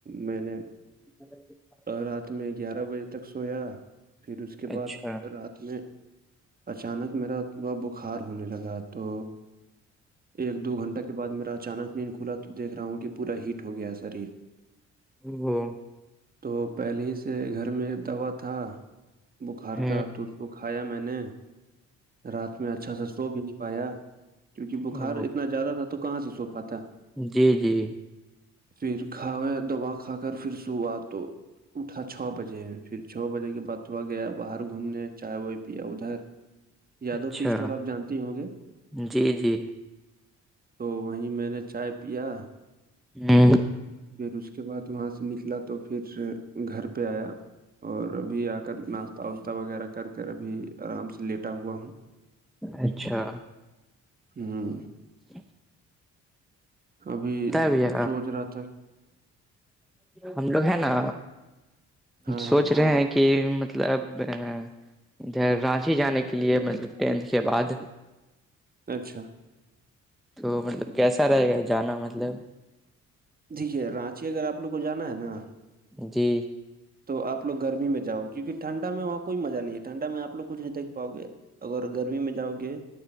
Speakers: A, on the right; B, in the centre.
A: میں نے
B: اچا
A: رات میں گیارہ بجے تک سویا پھر اس کے بعد
B: اچھا
A: رات میں اچانک میرا وہا بخار ہونے لگا تو ایک دو گھنٹہ کے بعد میرا اچانک نہیںین کھلا تو دیکھ رہا ہوں کہ پورا ہیٹ ہو گیا ہے شریر
B: ہاں
A: تو پہلے ہی سے گھر میں دوا تھا بخار
B: ہ
A: کا تو وہ کھایا میں نے رات میں اچھا سا سو بھی نہیں پایا
B: او
A: کار اتنا زیادہ تھا تو کہاں سے سو پاتا
B: جی جی
A: پھر کھاوے دوا کھا کر پھر صبح تو اٹھا چھ بجے پھر چھ بجے کے بعد تھوڑا گیا باہر گھومنے چائے وائے پیا ادھر یادو
B: اچھا
A: ٹی اسٹ وال آپ جانتے ہی ہوں گے
B: جی جی
A: تو وہیں میں نے چائے پیا
B: ہوں
A: پھر اس کے بعد وہاں سے نکلا تو پھر گھر پہ آیا اور ابھی آ کر ناشتہ واشتہ وغیرہ کر کر ابھی آرام سے لیٹا ہوا ہوں
B: اچھا
A: ہاں
B: جی
A: ابھی
B: بھیا
A: سوچ رہا تھا
B: ہم لوگ ہے نا
A: ہاں ہاں
B: سوچ رہے ہیں کہ مطب مطلب ادھر رانچی جانے کے لیے مطلب ٹینتھ کے بعد
A: اچھا
B: تو مطلب کیسا رہے گا جانا مطلب
A: دیکھیے رانچی اگر آپ لوگ کو جانا ہے نا
B: جی
A: تو آپوگ گرمی میں جاؤ کیونک ٹھنڈا میں وہاں کوئی مزہ نہیں ہے ٹنڈا میں آ لگ کچھ نہیں دھ پاؤ گے اگر گرمی میں جاؤ گے